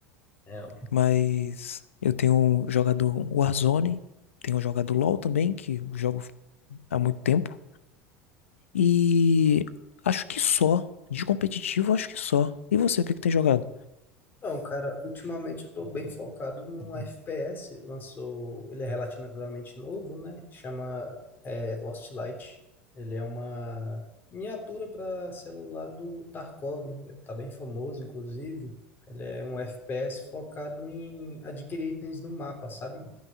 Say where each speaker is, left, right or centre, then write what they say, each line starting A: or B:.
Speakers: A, on the left; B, on the left.
A: É, ó.
B: Mas eu tenho jogado Warzone, tenho jogado LoL também, que eu jogo há muito tempo. E acho que só. De competitivo, acho que só. E você, o que que tem jogado?
A: Então, cara, ultimamente eu tô bem focado num FPS, lançou, ele é relativamente novo, né? Chama é, Lost Light. Ele é uma miniatura para celular do Tarkov, tá bem famoso, inclusive. Ele é um FPS focado em adquirir itens no mapa, sabe?